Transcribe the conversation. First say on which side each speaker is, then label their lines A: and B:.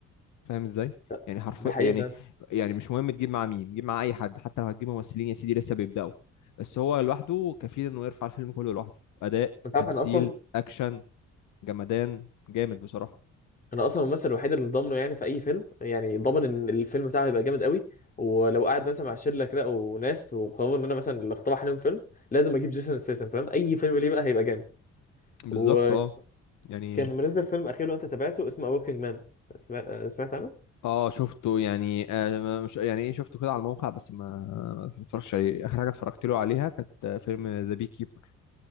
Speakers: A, on the left; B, on the left.
A: فاهم ازاي
B: ده
A: يعني حرف
B: ده حقيقي
A: يعني
B: فعلا
A: يعني مش مهم تجيب مع مين جيب مع اي حد حتى لو هتجيب ممثلين يا سيدي لسه بيبداوا بس هو لوحده كفيل انه يرفع الفيلم كله لوحده اداء
B: انت
A: تمثيل
B: عارف انا اصلا
A: اكشن جمدان جامد بصراحة
B: انا اصلا الممثل الوحيد اللي ضامنه يعني في اي فيلم يعني ضامن ان الفيلم بتاعه هيبقى جامد قوي ولو قاعد مثلا مع شله كده وناس وقرروا ان انا مثلا اللي اقترح عليهم فيلم لازم اجيب جيسون ستيتم فاهم اي فيلم ليه بقى هيبقى جامد
A: بالظبط
B: وكان
A: اه يعني
B: منزل فيلم اخير لو انت تابعته اسمه ابوكينج مان سمعت سمعت عنه؟
A: اه شفته يعني آه ما- مش يعني ايه شفته كده على الموقع بس ما ما اتفرجتش عليه اخر حاجه اتفرجت له عليها كانت فيلم ذا بي كيبر